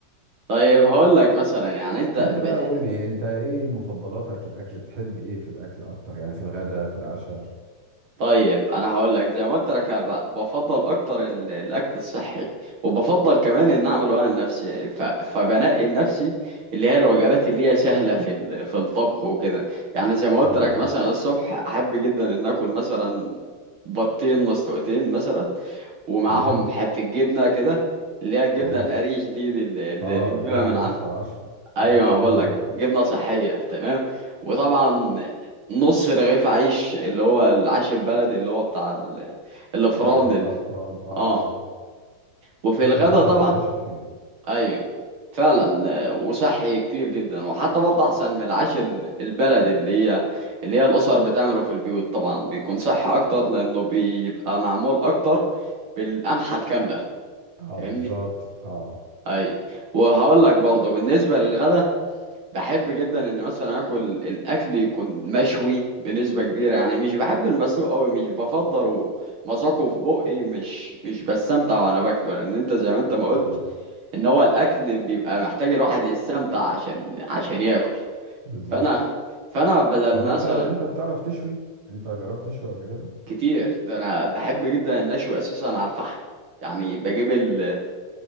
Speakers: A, on the right; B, on the right.
A: طيب هقول لك مثلا يعني انت
B: انت
A: بت...
B: بقى قول لي انت ايه مفضلاتك في الاكل بتحب ايه في الاكل اكتر يعني في الغداء في العشاء
A: طيب انا هقول لك زي ما قلت لك أنا ب- بفضل اكتر ال- الاكل الصحي وبفضل كمان ان اعمله انا لنفسي يعني ف... فبنقي لنفسي اللي هي الوجبات اللي هي سهله في ال... في الطبخ وكده يعني زي ما قلت
B: اه
A: لك مثلا الصبح احب جدا ان اكل مثلا بطين مسلوقتين مثلا ومعاهم
B: تمام
A: حتة جبنة كده اللي هي الجبنة
B: كويس
A: القريش دي, دي اللي اللي
B: اه
A: بنجيبها
B: الجبنه دي
A: من عند
B: 10 على 10
A: أيوة
B: اه صحيه
A: ما بقول
B: جدا
A: لك جبنة صحية تمام وطبعا نص رغيف عيش اللي هو العيش البلدي اللي هو بتاع ال- الفران
B: العادي
A: ال-
B: اه فران اه
A: اه
B: اه
A: وفي
B: احسن
A: الغدا
B: طبعا
A: طبعا
B: من العيش الفينو
A: ايوه فعلا آه، وصحي كتير جدا وحتى برضه احسن من العيش ال- البلدي اللي هي اللي هي الاسر بتعمله في البيوت طبعا بيكون صحي اكتر لانه بيبقى معمول اكتر بالقمحة الكاملة
B: اه
A: فاهمني
B: بالظبط اه
A: اي وهقول لك برضه بالنسبة للغدا بحب جدا ان مثلا اكل الاكل يكون مشوي بنسبة كبيرة يعني مش بحب المسلوق قوي مش بفضله مذاقه في بقي مش مش بستمتع وانا باكله لان انت زي ما انت ما
B: حقيقه
A: قلت ان هو الاكل بيبقى محتاج الواحد يستمتع عشان عشان ياكل
B: بالظبط
A: فانا فانا بدل
B: طب
A: مثلا
B: انت انت بتعرف تشوي انت جربت تشوي قبل كده
A: كتير ده انا بحب جدا النشوي اساسا على الفحم يعني بجيب ال